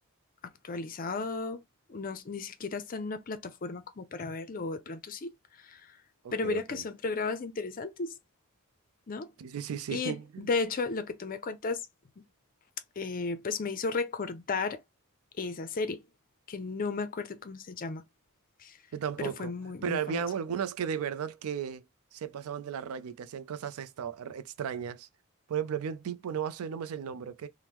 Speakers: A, on the left; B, on the right.
A: actualizado, no- ni siquiera está en una plataforma como para verlo, o de pronto sí.
B: Ok,
A: Pero mira
B: ok.
A: que son programas interesantes, ¿no?
B: Sí, sí, sí, sí.
A: Y de hecho, lo que tú me cuentas, eh, pues me hizo recordar esa serie, que no me acuerdo cómo se llama
B: Yo tampoco,
A: pero fue muy, muy
B: pero había
A: famosa.
B: algunas que de verdad que se pasaban de la raya y que hacían cosas esta- extrañas. Por ejemplo, había un tipo, no, sé- no me sé el nombre, ¿ok?